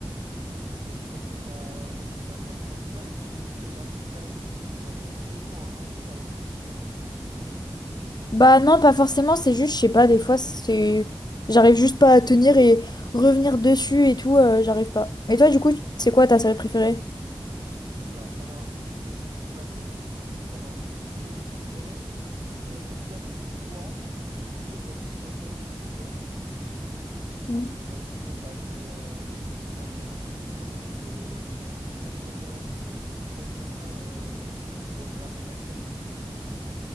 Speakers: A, on the right; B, on the left.
A: Est-ce que c'est parce que t'as aussi t'as- t'accroches pas et du coup, vu que tu regardes hyper vite, tu te fais genre une saison en un jour alors que c'est pas forcément ce qui te plaît?
B: Bah non, pas forcément. C'est juste, je sais pas. Des fois, c'est, j'arrive juste pas à tenir et revenir dessus et tout. euh, j'arrive pas. Et toi, du coup, c'est quoi ta série préférée?
A: Oula, alors. On va dire que c'est compliqué d'avoir une série préférée, mais mon top 3, je suis obligé de mettre Snowfall dedans
B: Mm.
A: parce que bah, c'est euh, c'est emblém- enfin, comment dire, c'est une série emblématique. Franck Lincin, euh, le, la- enfin, l'acteur qui joue Franck Lincin,